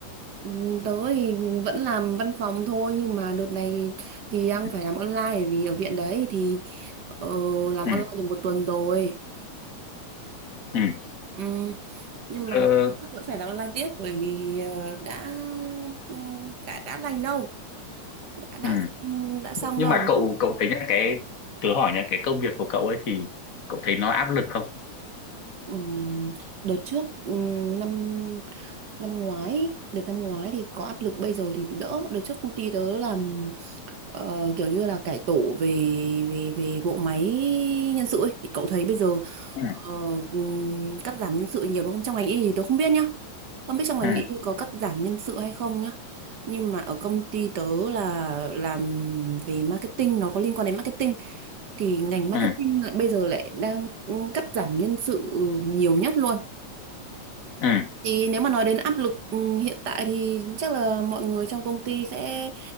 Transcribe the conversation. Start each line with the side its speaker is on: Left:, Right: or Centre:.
Right: Ừ, Tớ thì vẫn làm văn phòng thôi nhưng mà đợt này thì đang
Left: ừ
Right: phải làm online bởi vì ở viện đấy thì ờ, làm
Left: ừ
Right: online được một tuần rồi.
Left: ừ.
Right: Ừ, nhưng mà
Left: ờ,
Right: chắc vẫn phải làm online tiếp bởi vì ờ, đã ừ, đã đã lành đâu đã đã
Left: ừ
Right: ừ, đã xong
Left: nhưng
Right: đâu
Left: mà cậu cậu thấy nhá cái tớ hỏi nhá cái công việc của cậu ấy thì cậu thấy nó áp lực không
Right: Ừm, đợt trước ừm, năm năm ngoái đợt năm ngoái thì có áp lực bây giờ thì đỡ đợt trước công ty tớ làm ờ, kiểu như là cải tổ về về về bộ máy nhân sự ấy thì cậu thấy bây giờ
Left: ừ
Right: ờ, ừm, cắt giảm nhân sự nhiều đúng không trong ngành y thì tôi không biết nhá không biết trong ngành
Left: ừ
Right: y có cắt giảm nhân sự hay không nhá nhưng mà ở công ty tớ là làm về marketing nó có liên quan đến marketing thì ngành marketing
Left: ừ
Right: lại- bây giờ lại đang ừ, cắt giảm nhân sự nhiều nhất luôn
Left: ừ
Right: thì nếu mà nói đến áp lực ừ, hiện tại thì chắc là mọi người trong công ty sẽ